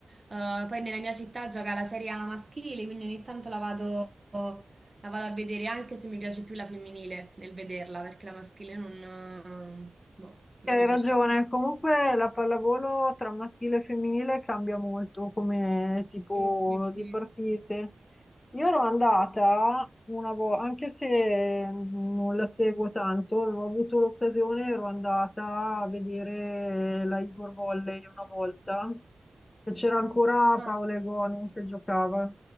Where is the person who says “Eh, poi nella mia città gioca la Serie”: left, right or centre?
Right